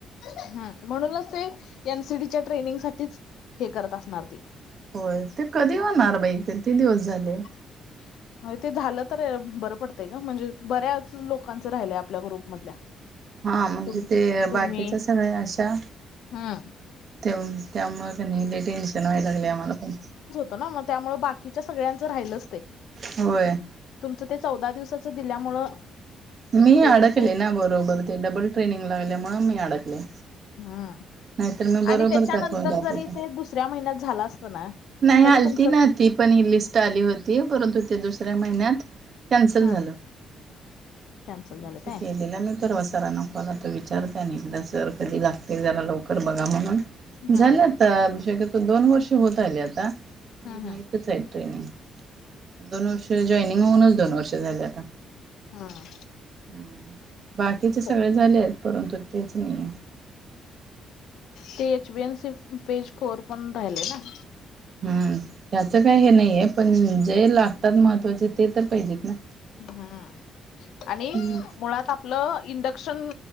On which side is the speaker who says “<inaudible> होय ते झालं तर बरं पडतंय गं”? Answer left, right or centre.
Left